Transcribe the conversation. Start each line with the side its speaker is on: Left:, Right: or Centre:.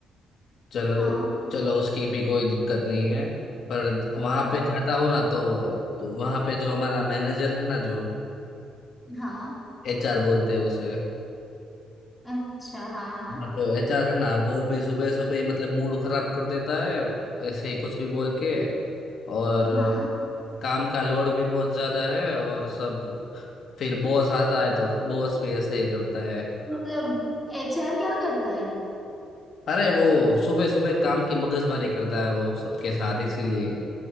Left: चलो
Centre: हाँ
Left: चलो उसकी भी कोई दिक्कत नहीं है पर वहां
Centre: हाँ
Left: पे जाता हूँ ना तो, तो वहां पे जो हमारा मैनेजर है ना जो
Centre: हाँ
Left: एचआर बोलते हैं उसे
Centre: अच्छा हाँ हाँ
Left: हाँ तो एचआर है ना वो भी सुबह सुबह ही मतलब मूड खराब कर देता है ऐसे ही कुछ भी बोल के और अ,
Centre: हाँ
Left: काम का लोड भी बहुत ज्यादा है और सब फिर बॉस आता है तो बॉस भी ऐसे ही करता है
Centre: मतलब एचआर क्या करता है
Left: अरे वो सुबह सुबह काम की मगजमारी करता है वो सबके साथ इसीलिए